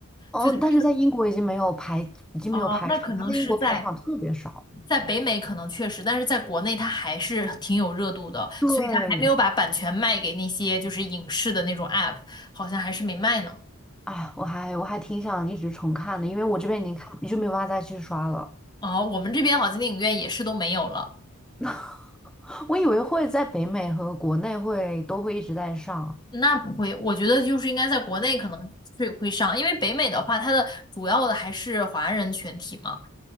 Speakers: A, in the centre; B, on the left (about 20°).
A: 哦，
B: 就它那个
A: 但是在英国已经没有排，已经没有排场，
B: 哦，那可能是在。
A: 他在英国排场特别少。
B: 在北美可能确实，但是在国内它还是挺有热度的，
A: 对，
B: 所以它还没有把版权卖给那些就是影视的那种 app，好像还是没卖呢。
A: 啊，我还我还挺想一直重看的，因为我这边已经看就没有办法再去刷了。
B: 哦，我们这边好像电影院也是都没有了。
A: <laughs> 我以为会在北美和国内会都会一直在上。
B: 那不会，我觉得就是应该在国内可能会会上，因为北美的话，它的主要的还是华人群体嘛。